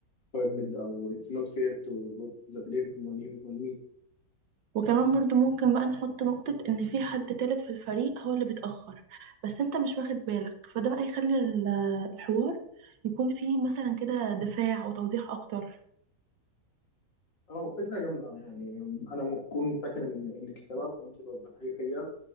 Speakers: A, on the left (about 85°); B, on the right (about 90°).
A: permit أو it's not fair to put the blame on you- on me
B: وكمان برضو ممكن بقى نحط نقطة ان في حد تالت في الفريق هو اللي بيتأخر بس انت مش واخد بالك فده بقى يخلي ال- الحوار يكون فيه مثلا كده دفاع وتوضيح اكتر
A: أه فكرة جامدة يعني أنا لما أكون فاكر إن إنك السبب وأنت توضحي لي الحقيقة